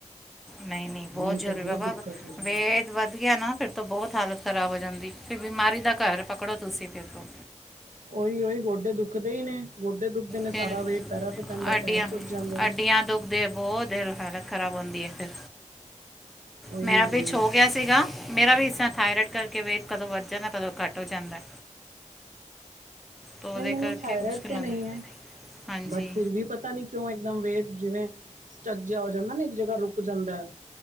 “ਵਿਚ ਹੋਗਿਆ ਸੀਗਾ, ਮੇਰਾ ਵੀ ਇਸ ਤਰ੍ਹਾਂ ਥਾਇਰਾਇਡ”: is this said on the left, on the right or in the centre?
Centre